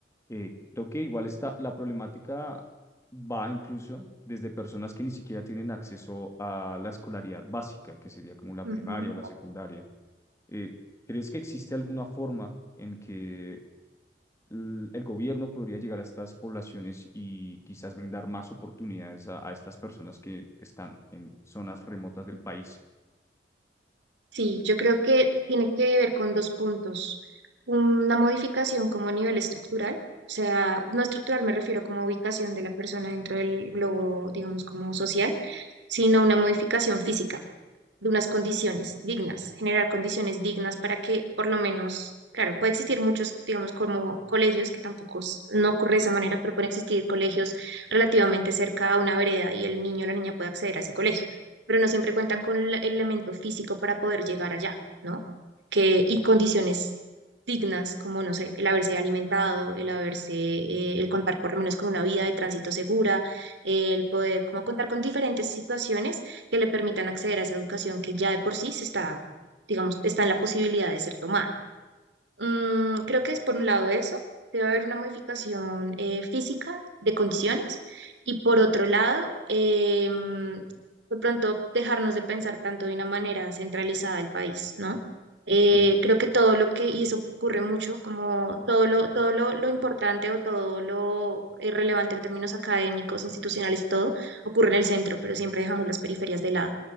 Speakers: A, on the left; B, on the right.
A: Eh, creo que igual está, la problemática va incluso desde personas que ni siquiera tienen acceso a la escolaridad básica, que sería como la
B: Ujú.
A: primaria o la secundaria. Eh, ¿crees que existe alguna forma en que l- el gobierno podría llegar a estas poblaciones y quizás brindar más oportunidades a, a estas personas que están en zonas remotas del país.
B: Sí, yo creo que tiene que ver con dos puntos. Una modificación como a nivel estructural, o sea, no estructural me refiero como a ubicación de la persona dentro del globo, digamos, como social, sino una modificación física. de unas condiciones dignas, generar condiciones dignas para que por lo menos, claro, puede existir muchos, digamos, como colegios, que tampoco es- no ocurre de esa manera, pero pueden existir colegios relativamente cerca a una vereda y el niño o la niña puede acceder a ese colegio, pero no siempre cuentan con el elemento físico para poder llegar allá, ¿no? Que, y condiciones dignas, como, no sé, el haberse alimentado, el haberse, eh, el contar por lo menos con una vía de tránsito segura, el poder como contar con diferentes situaciones que le permitan acceder a esa educación que ya de por sí se está, digamos, está en la posibilidad de ser tomada. Mm, creo que es por un lado eso, debe haber una modificación eh, física de condiciones y por otro lado, em, de pronto dejarnos de pensar tanto de una manera centralizada el país, ¿no? Eh,
A: Sí,
B: creo que todo lo que, y eso ocurre mucho, como todo lo, todo lo, lo importante o todo lo eh, relevante en términos académicos, institucionales, todo ocurre en el centro, pero siempre dejamos las periferias de lado.